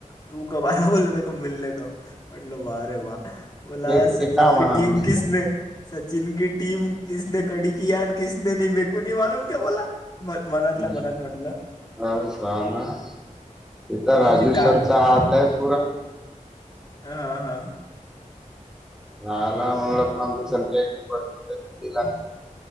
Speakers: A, on the left; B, in the centre.
A: तू कबारा बोल बक मिळले का. <unintelligible> म्हटल वारे वा बोला
B: एक
A: सचिन
B: एका मना
A: की टीम
B: नुसतं
A: कीसने.
B: हम्म.
A: सचिन क टीम कसने कडी क आणि कसने नाही मेको नाही मालूम क बोला. <unintelligible> मनातल्या
B: हम्
A: मनात म्हटलं
B: अ सहा ना तेता
A: म्हणजे
B: राजू.
A: काम
B: <unintelligible> सरचा हात आहे पुरा.
A: हा हा.
B: राह <unintelligible> ला म्हणल कपस तला.